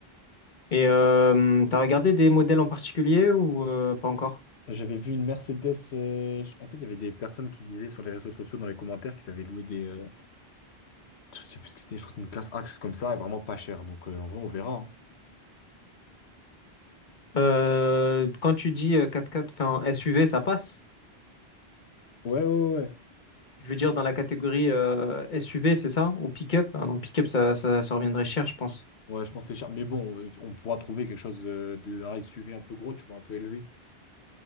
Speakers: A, on the left; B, on the left.
A: Et euh, t'as regardé des modèles en particulier ou euh, pas encore?
B: J'avais vu une Mercedes. euh, En fait, il y avait des personnes qui disaient sur les réseaux sociaux, dans les commentaires, qu'ils avaient loué des. euh, Je sais plus ce que c'était, je crois que c'était une classe A, quelque chose comme ça, et vraiment pas cher. Donc, euh, en vrai, on verra. hein.
A: Euh, quand tu dis euh, 4x4, enfin SUV, ça passe.
B: Ouais, ouais, ouais.
A: Je veux dire dans la catégorie euh, SUV, c'est ça? Ou pick-up? Ah non, pick-up, ça, ça, ça reviendrait cher, je pense.
B: Ouais, je pense que c'est cher. Mais bon, euh, on pourra trouver quelque chose euh, de un SUV un peu gros, tu vois, un peu élevé.